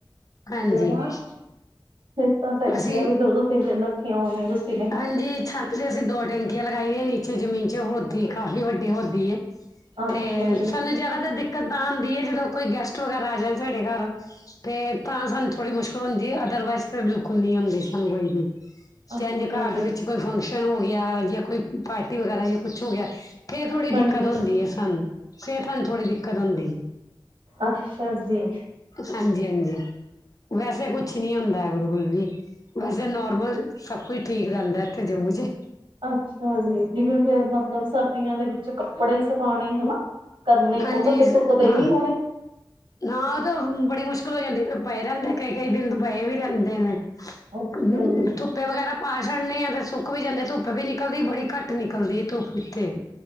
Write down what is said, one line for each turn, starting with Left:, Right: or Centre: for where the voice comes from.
Left: ਹਾਂਜੀ
Right: ਜ਼ਮਾ, ਫਿਰ ਤਾਂ ਟੈਂਕੀਆਂ
Left: ਅਸੀਂ
Right: ਵੀ ਦੋ-ਦੋ ਤਿੰਨ-ਤਿੰਨ ਰੱਖੀਆਂ ਹੋਣੀਆਂ ਤੁਸੀਂ ਨੇ,
Left: ਹਾਂਜੀ ਛੱਤ 'ਤੇ ਅਸੀਂ ਦੋ ਟੈਂਕੀਆਂ ਲਗਾਈਆ ਏ ਨੀਚੇ ਜ਼ਮੀਨ 'ਚ ਹੋਦੀ ਕਾਫ਼ੀ ਵੱਡੀ ਹੋਦੀ ਏ।
Right: ਅੱਛਾ
Left: 'ਤੇ
Right: ਜੀ
Left: ਸਾਨੂੰ ਜਿਆਦਾ ਤਰ ਦਿੱਕਤ ਤਾਂ ਹੁੰਦੀ ਏ ਜਦੋਂ ਕੋਈ ਗੈਸਟ, ਵਗੈਰਾ ਆ ਜਾਣ ਸਾਡੇ ਘਰ 'ਤੇ ਤਾਂ ਸਾਨੂੰ ਥੋੜੀ ਮੁਸ਼ਕਲ ਹੁੰਦੀ ਏ, ਅਦਰਵਾਈਜ਼ 'ਤੇ ਬਿਲਕੁੱਲ ਨੀ ਹੁੰਦੀ। ਸਾਨੂੰ ਕੋਈ ਵੀ,
Right: ਅੱਛਾ
Left: ਚਝ ਘਰ
Right: ਜੀ
Left: ਦੇ ਵਿੱਚ ਕੋਈ ਫੰਕਸ਼ਨ ਹੋ ਗਿਆ, ਜਾਂ ਕੋਈ ਪਾਰਟੀ ਵਗੈਰਾ ਜਾਂ ਕੁਛ ਹੋ ਗਿਆ, ਫੇਰ ਥੋੜ੍ਹੀ
Right: ਹਾਂਜੀ
Left: ਦਿੱਕਤ ਹੁੰਦੀ ਏ। ਹਾਂਜੀ ਫੇਰ ਸਾਨੂੰ ਥੋੜੀ ਦਿੱਕਤ ਹੁੰਦੀ ਏ।
Right: ਅੱਛਾ ਜੀ।
Left: ਹਾਂਜੀ-ਹਾਂਜੀ, ਵੈਸੇ ਕੁਛ ਨੀ ਹੁੰਦਾ ਬਿਲਕੁਲ ਵੀ, ਵੈਸੇ ਨੋਰਮਲ ਸਭ ਕੁਝ ਠੀਕ ਰਹਿੰਦੈ ਇੱਥੇ ਜੰਮੂ ਚ
Right: ਅੱਛਾ ਜੀ! ਜਿਵੇਂ ਫੇਰ ਮਤਲਬ ਸਰਦੀਆਂ ਦੇ ਵਿੱਚ ਕੱਪੜੇ ਸੁਕਾਉਣੇ ਹਨਾ ਕਰਨੇ
Left: ਹਾਂਜੀ
Right: ਉਹ ਤਾਂ ਫੇਰ ਸੁੱਕਦੇ
Left: ਹਾਂ
Right: ਹੀ ਨੀ ਹੋਣੇ,
Left: ਨਾ ਉਹ ਤੇ ਬੜੀ ਮੁਸ਼ਕਲ ਹੋ ਜਾਂਦੀ, ਪਏ ਰਹਿੰਦੇ ਕਈ- ਕਈ ਦਿਨ ਤੋਂ ਪਏ ਵੀ ਰਹਿੰਦੇ ਨੇ <unintelligible>
Right: ਅੱਛਾ ਜੀ
Left: ਧੁੱਪੇ ਵਗੈਰਾ ਪਾ ਛਡਨੇ ਆ, ਤੇ ਸੁੱਕ ਵੀ ਜਾਂਦੇ ਧੁੱਪ ਵੀ ਨਿਕਲਦੀ ਬੜੀ ਘੱਟ ਨਿਕਲਦੀ ਐ ਧੁੱਪ ਇਥੇ।